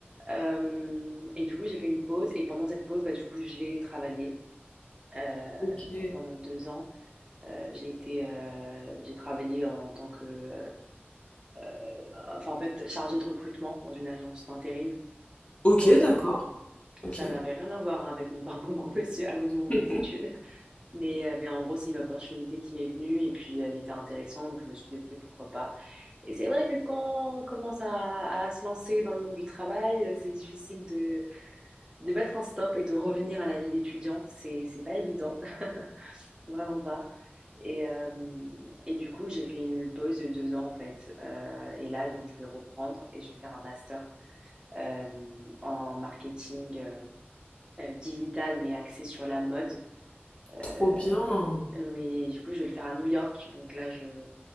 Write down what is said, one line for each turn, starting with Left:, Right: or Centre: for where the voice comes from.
Right: Euh, et du coup, j'ai fait une pause. Et pendant cette pause, bah, du coup, j'ai travaillé. Euh,
Left: OK.
Right: donc pendant deux ans, euh, j'ai été, euh, j'ai travaillé en, en tant que, euh, enfin en fait, chargée de recrutement dans une agence d'intérim.
Left: OK,
Right: Euh,
Left: d'accord. OK.
Right: ça n'avait rien à voir hein, avec mon <laughs> parcours professionnel, avec mon,
Left: <laughs>
Right: mes études, mais euh, mais en gros, c'est une opportunité qui m'est venue et puis elle était intéressante, donc je me suis dit ok, pourquoi pas. Et c'est vrai que quand on commence à, à se lancer dans le monde du travail, euh, c'est difficile de de mettre un stop et de revenir à la vie d'étudiante, c'est c'est pas évident, <laughs> vraiment pas. Et euh, et du coup, j'ai fait une pause de deux ans en fait. Euh, et là, donc, je vais reprendre et je vais faire un master euh, en marketing euh, euh, digital, mais axé sur la mode. Euh,
Left: Trop bien.
Right: oui, du coup, je vais le faire à New York. Donc là, je